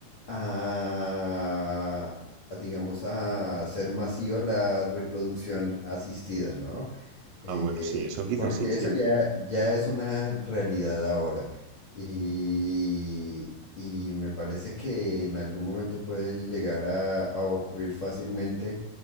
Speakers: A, on the left (about 65°); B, on the right (about 80°).
A: a, a, digamos, a ser masiva la reproducción asistida, ¿no? Eh,
B: Ah, bueno, sí, eso quizás
A: porque
B: sí, sí.
A: eso ya, ya es una realidad ahora. Y, y me parece que en algún momento puede llegar a, a ocurrir fácilmente